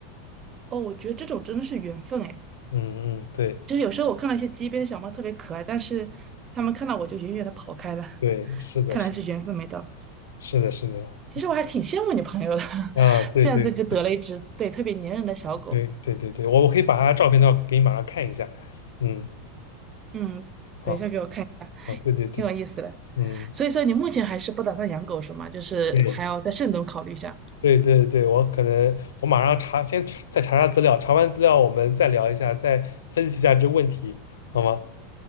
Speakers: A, on the right; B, on the left.
A: 哦，我觉得这种真的是缘分哎，
B: 嗯嗯，对
A: 就是有时候我看到一些街边的小猫特别可爱，但是它们看到我就远远的跑开了，
B: 对，是的，
A: 看来是缘分没到。
B: 是是的，是的，
A: 其实我还挺羡慕你朋友的，<laughs>
B: 啊，对对
A: 这样子就得了一只对特别粘人的小狗。
B: 对对对对，我我可以把他照片的话给你马上看一下。嗯，
A: 嗯，
B: 好，
A: 等一下给我看。
B: 好，对对对，
A: 挺有意思的。
B: 嗯。
A: 所以说你目前还是不打算养狗是吗？就是还要再慎重考虑一下。
B: 嗯，对对对，我可能我马上查，先查再查查资料，查完资料我们再聊一下，再分析一下这问题，好吗？